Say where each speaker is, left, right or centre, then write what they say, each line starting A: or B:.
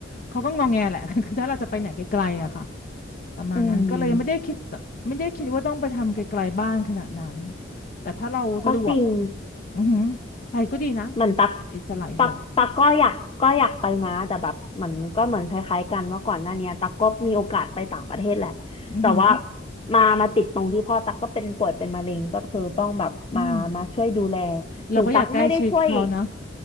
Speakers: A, on the left; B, on the left.
A: เขาก็งองแงแหละ <laughs> คือถ้าเราจะไปไหนไกลๆอะค่ะประมาณนั้นก็เลยไม่ได้คิด
B: อืม
A: ไม่ได้คิดว่าต้องไปทำไกลๆบ้านขนาดนั้นแต่ถ้าเราสะดวก
B: ก็จริง
A: อือหือไปก็ดีนะมันก็เป็นอิสระอีกแบบ
B: เหมือนตักตักตักก็อยากก็อยากไปนะแต่แบบเหมันก็เหมือนคล้ายๆกันว่าก่อนหน้าเนี้ยตักก็มีโอกาสไปต่างประเทศแหละ
A: อือหือ
B: แต่ว่ามามาติดตรงที่พ่อตักก็เป็นป่วยเป็นมะเร็งก็คือต้องแบบมามาช่วยดูแล
A: อืมเราก็อยากใกล้ชิดเขานะ
B: ถึงตักไม่ได้ช่วย